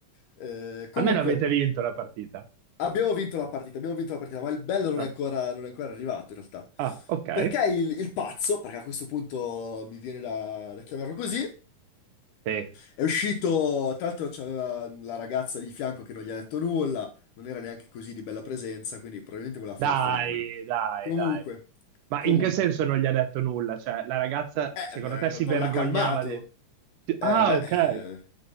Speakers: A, on the left; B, on the right.
A: Eh, comunque,
B: Almeno avete vinto la partita.
A: abbiamo vinto la partita, abbiamo vinto la partita, ma il bello non
B: Ah,
A: è ancora, non è ancora arrivato in realtà.
B: ah, ok.
A: Perché il, il pazzo, perché a questo punto mi viene da da chiamarlo così,
B: Sì.
A: è uscito, tra l'altro c'aveva la ragazza di fianco che non gli ha detto nulla, non era neanche così di bella presenza, quindi probabilmente voleva
B: Dai,
A: fare il fenomeno.
B: dai,
A: Comunque,
B: dai. Ma
A: comunque.
B: in che senso non gli ha detto nulla? Cioè, la ragazza,
A: Eh,
B: secondo
A: beh,
B: te,
A: non,
B: si
A: non
B: vergognava
A: l'ha calmato.
B: di... di-
A: Eh,
B: Ah, ok.
A: eh, eh,